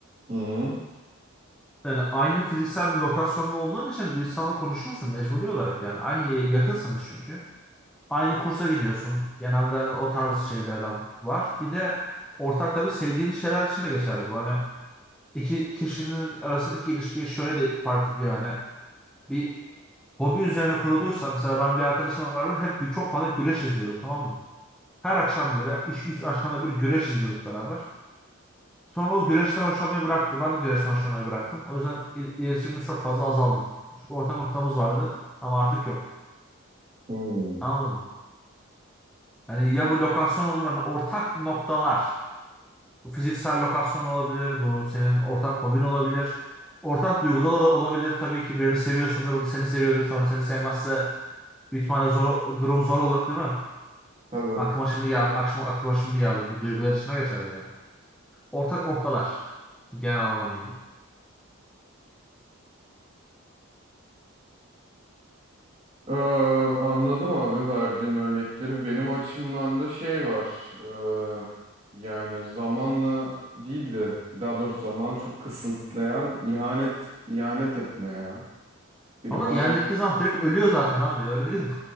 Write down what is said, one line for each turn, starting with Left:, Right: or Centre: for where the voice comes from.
Right: Hı hı.
Centre: Yani aynı fiziksel bir lokasyonda olduğun için bir insanla konuşuyorsun mecburi olarak yani. Aynı ye- yakınsınız çünkü. Aynı kursa gidiyorsun. Genelde hani o tarz şeylerden var. Bir de ortak tabii sevdiğiniz şeyler için de geçerli bu. Hani iki kişinin arasındaki ilişkiyi şöyle de fark ediyor. Hani bir hobi üzerine kuruluysa mesela ben bir arkadaşımla beraber hep çok fazla güreş izliyorduk tamam mı? Her akşam böyle iş üç akşamda bir güreş izliyorduk beraber. Sonra o güreşten hoşlanmayı bıraktı. Ben de güreşten hoşlanmayı bıraktım. O yüzden il- iletişimimiz çok fazla azaldı. Çünkü ortak noktamız vardı ama artık yok.
Right: Hı.
Centre: Anladın mı? Yani ya bu lokasyon olur hani ortak noktalar. Bu fiziksel lokasyon olabilir. Bu senin ortak hobin olabilir. Ortak duygular ola- olabilir. Tabii ki birini seviyorsundur. O da seni seviyordur. Sonra seni sevmezse bir ihtimalle zor, durum zor olur değil mi?
Right: Tabii.
Centre: Aklıma şimdi geldi. Aklıma, aklıma şimdi geldi. Bu duygular içine geçerli yani. Ortak noktalar. Genel anlamıyla.
Right: Ee, anladım abi verdiğin örnekleri. Benim açımdan da şey var. ee, yani zamanla değildi. Daha doğrusu zaman çok kısıtlayan ihanet ihanet etme ya. Biri
Centre: Ama
Right: bana
Centre: ihanet ettiği zaman direkt ölüyor zaten abi. Öyle değil mi?